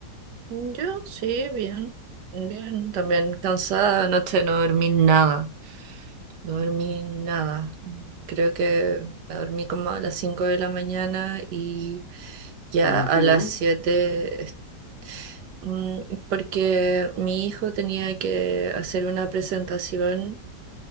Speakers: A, on the right; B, on the left.
A: Yo sí, bien, bien. También cansada, anoche no dormí nada, no dormí nada. Creo que me dormí como a las 5 de la mañana y ya
B: ¿Y por
A: a
B: qué
A: las
B: no?
A: 7, est- Mm, Porque mi hijo tenía que hacer una presentación